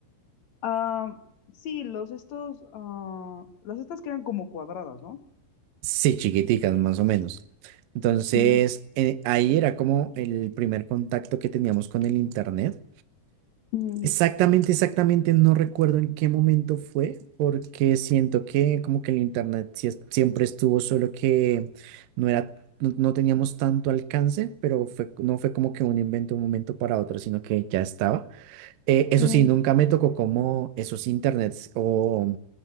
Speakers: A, on the left (about 50°); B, on the right (about 75°).
A: Ah, sí, los estos, ah, las estas que eran como cuadradas, ¿no?
B: Sí, chiquiticas, más o menos. Entonces,
A: Ujú,
B: eh, ahí era como el primer contacto que teníamos con el internet.
A: ujú,
B: Exactamente, exactamente, no recuerdo en qué momento fue, porque siento que como que el internet sí es- siempre estuvo, solo que no era, no, no teníamos tanto alcance, pero fue, no fue como que un invento de un momento para otro, sino que ya estaba. Eh, eso
A: ujú,
B: sí, nunca me tocó como esos internets o